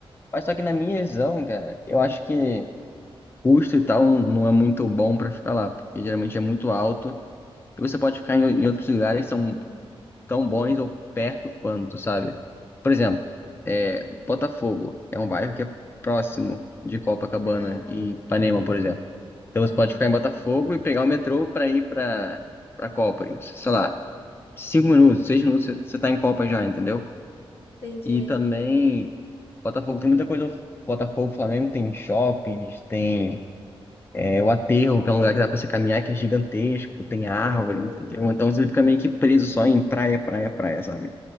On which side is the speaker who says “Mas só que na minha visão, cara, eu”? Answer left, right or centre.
Left